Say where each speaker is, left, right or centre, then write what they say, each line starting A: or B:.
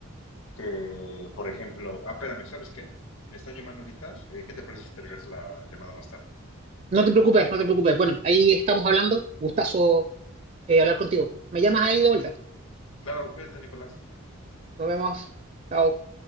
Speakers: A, on the left; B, on the right.
A: que por ejemplo, ah, espérame, ¿sabes qué? Me están llamando ahorita, eh, ¿qué te parece si te regreso la llamada más tarde?
B: No te preocupes, no te preocupes. Bueno, ahí estamos hablando. Gustazo eh, hablar contigo. Me llamas ahí de vuelta.
A: Claro, cuídate, Nicolás.
B: Nos vemos. Chao.